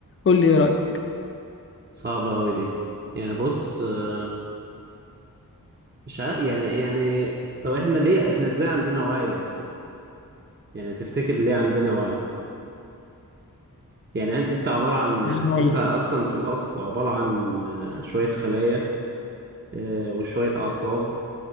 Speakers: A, on the left (about 35°); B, on the right (about 30°).
A: قول لي ايه رايك
B: صعبة اوي دي يعني بص آه، مش عارف يعني يعني طب احنا ليه احنا ازاي عندنا وعي اصلا يعني تفتكر ليه عندنا وعي يعني أن- انت عبارة عن
A: امم
B: آه، انت اصلا في الاصل عبارة عن آه، شوية خلايا آه، وشوية اعصاب